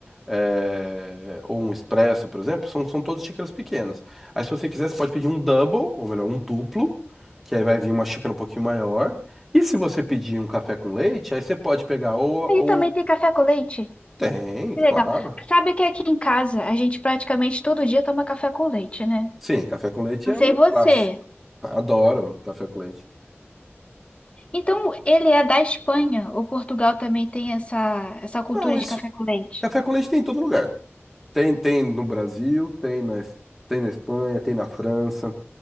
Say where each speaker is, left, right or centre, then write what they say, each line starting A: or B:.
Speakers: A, in the centre; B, on the left (about 25°).
A: é, ou um expresso, por exemplo, são, são todas xícaras pequenas. Aí, se você quiser, você pode pedir um double, ou melhor, um duplo, que aí vai vir uma xícara um pouquinho maior. E se você pedir um café com leite, aí você pode pegar ou,
B: Aí
A: ou...
B: também tem café com leite.
A: Tem,
B: Que
A: claro.
B: legal. Sabe que aqui em casa a gente praticamente todo dia toma café com leite, né?
A: Sim, café com leite
B: Não
A: é
B: sei
A: um
B: você.
A: clássico. Adoro café com leite.
B: Então, ele é da Espanha, ou Portugal também tem essa, essa
A: Não,
B: cultura
A: isso.
B: de café com leite?
A: Café com leite tem em todo lugar. Tem, tem no Brasil, tem na, tem na Espanha, tem na França.